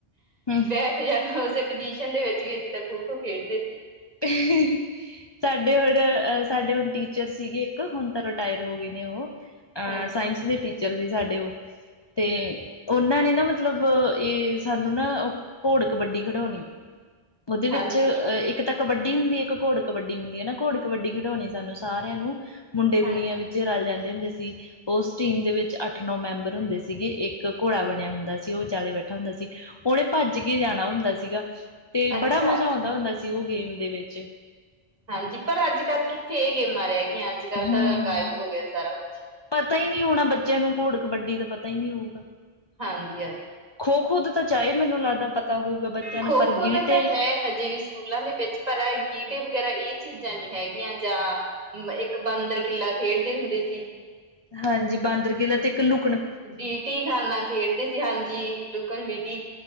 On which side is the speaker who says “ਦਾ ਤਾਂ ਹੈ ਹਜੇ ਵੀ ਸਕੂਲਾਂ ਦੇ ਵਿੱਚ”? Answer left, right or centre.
Right